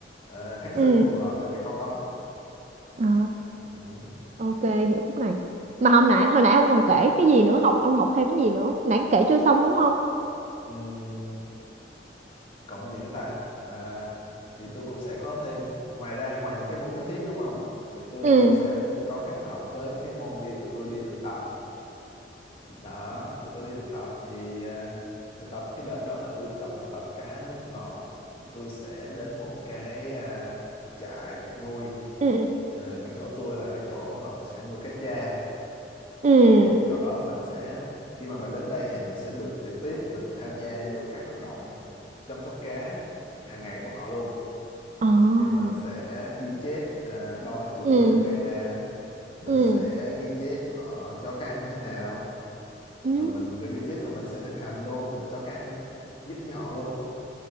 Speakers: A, on the left (about 30°); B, on the right (about 40°).
A: ờ, kháng sinh
B: ừ
A: phù hợp cho cái con đó
B: ờ
A: ừ.
B: ok hiểu khúc này mà hôm nãy hồi nãy ông còn kể cái gì nữa học ông học thêm cái gì nữa nãy kể chưa xong đúng không
A: Ừ. còn môn gì nữa ta à, thì tôi cũng sẽ có thêm ngoài ra ngoài những cái môn lý thuyết đúng không thì tôi
B: ừ
A: cũng sẽ có kết hợp với cái môn đi tụi tôi đi thực tập đó tụi tôi đi thực tập thì à, thực tập cái đợt đó là tôi chọn thực tập cá nước ngọt thì tôi sẽ đến một cái à, trại nuôi
B: ừ
A: Ờ, cái chỗ tôi là cái chỗ họ sẽ nuôi cá tra
B: ừ
A: thì chỗ đó mình sẽ khi mà mình đến đây thì mình sẽ được trực tiếp mình tham gia vô các hoạt động chăm sóc cá hàng ngày của họ luôn
B: ờ
A: thì mình sẽ ghi chép à, đo chất lượng
B: ừ
A: nước hàng ngày nè mình
B: ừ
A: sẽ ghi chép họ cho cái ăn như thế nào
B: ừ
A: rồi mình tự ghi chép rồi mình sẽ thực hành luôn mình cho cái ăn giúp với họ luôn